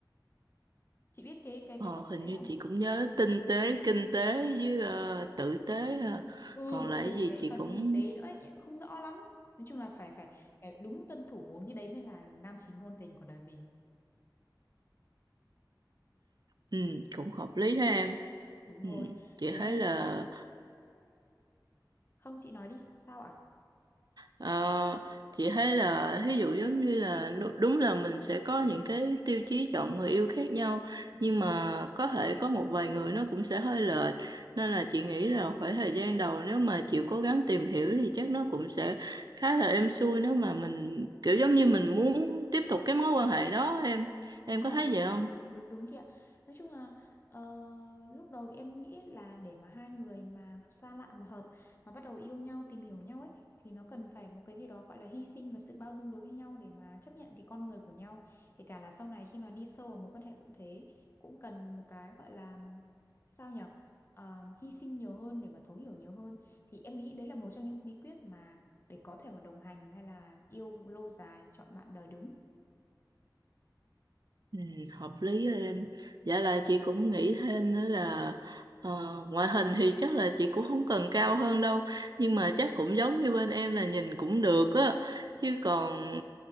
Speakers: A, on the left (about 30°); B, on the right (about 60°).
A: Chị biết cái cái
B: Ờ,
A: cái tốt
B: hình
A: tế
B: như
A: không?
B: chị cũng nhớ tinh tế, kinh tế với ờ, tử tế ha.
A: ừ
B: Còn lại
A: ừ
B: gì
A: thế
B: chị
A: còn
B: cũng
A: cái gì tế nữa ấy em cũng không rõ lắm nói chung là phải phải phải đúng tuân thủ bốn cái đấy mới là nam chính ngôn tình của đời mình
B: ừ, cũng hợp lý ha em.
A: đúng
B: Ừ,
A: rồi
B: chị
A: thế
B: thấy
A: nên
B: là
A: không chị nói đi sao ạ
B: Ờ, chị thấy là ví dụ giống như là nu- đúng là mình sẽ có những cái tiêu chí chọn người yêu khác nhau
A: Ừ.
B: nhưng mà có thể có một vài người nó cũng sẽ hơi lệch nên
A: ừ,
B: là chị nghĩ là khoảng thời gian đầu nếu mà chịu cố gắng tìm hiểu thì chắc nó cũng sẽ khá là êm xuôi nếu mà mình kiểu giống như mình muốn tiếp tục cái mối quan hệ đó em em
A: đúng rồi
B: có thấy vậy không?
A: Đúng đúng chị ạ. Nói chung là ờ, lúc đầu thì em nghĩ là để mà hai người mà xa lạ mà hợp mà bắt đầu yêu nhau tìm hiểu nhau ấy thì nó cần phải một cái gì đó gọi là hy sinh và sự bao dung đối với nhau để mà chấp nhận cái con người của nhau. Kể cả là sau này khi mà đi sâu vào mối quan hệ cũng thế, cũng cần một cái gọi là sao nhở Ờ, hy sinh nhiều hơn để mà thấu hiểu nhiều hơn thì em nghĩ đấy là một trong những bí quyết mà để có thể mà đồng hành hay là yêu lâu dài, chọn bạn đời đúng.
B: Ừ, hợp lý đó em. Dạ là chị cũng nghĩ thêm nữa là ờ, ngoại hình thì chắc là chị cũng không cần cao hơn đâu nhưng mà chắc cũng giống như bên em là nhìn cũng được á chứ còn